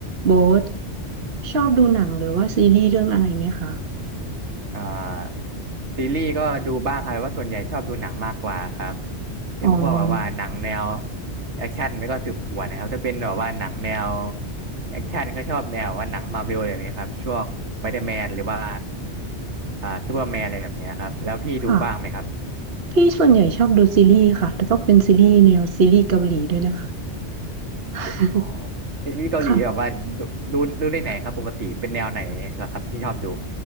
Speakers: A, on the right (about 60°); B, on the right (about 80°).
A: โบ๊ทชอบดูหนังหรือว่าซีรีส์เรื่องอะไรไหมคะ
B: อ่าซีรีส์ก็ดูบ้างครับแต่ว่าส่วนใหญ่ชอบดูหนังมากกว่าครับเช่นพวกแบบว่าหนังแนว
A: อ๋อ
B: แอคชั่นแล้วก็สืบสวนนะครับถ้าเป็นแบบว่าหนังแนวแอคชั่นก็ชอบแนวว่าหนังมาร์เวลอย่างเงี้ยครับช่วงสไปเดอร์แมนหรือว่าอ่าซูเปอร์แมนอะไรแบบเนี้ยครับแล้วพี่ดูบ้างไหมครับ
A: ค่ะ พี่ส่วนใหญ่ชอบดูซีรีส์ค่ะแล่ก็เป็นซีรีส์แนวซีรีส์เกาหลีด้วยนะคะ <laughs>
B: อ๋อซีรีส์เกาหลีแบบว่าดูดูดูได้ไหนครับปกติเป็นแนวไหนเหรอครับที่ชอบดู
A: ค่ะ